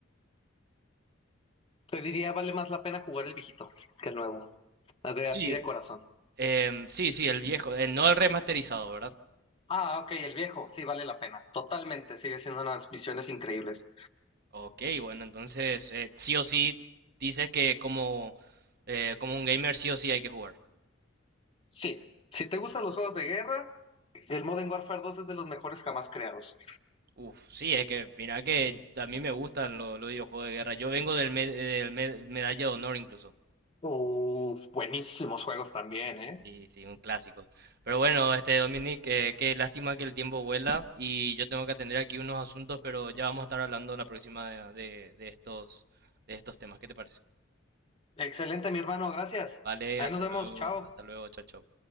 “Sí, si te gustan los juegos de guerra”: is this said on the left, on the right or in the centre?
Left